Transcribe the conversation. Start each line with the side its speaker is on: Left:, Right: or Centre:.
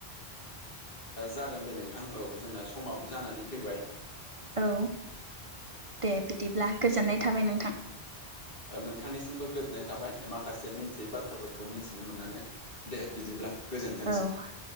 Left: ओ जागोन दे नोंथां औ जोंना समाबो जानानै फैबाय‌।
Right: औ दे बिदिब्ला गोजोननाय थाबाय नोंथां।
Left: ओ नोंथांनिसिमबो गोजोननाय थाबाय माखासे मिन्थियै बाथ्राफोरखौ मिन्थिनो मोननानै। दे बिदिब्ला गोजोन
Right: औ।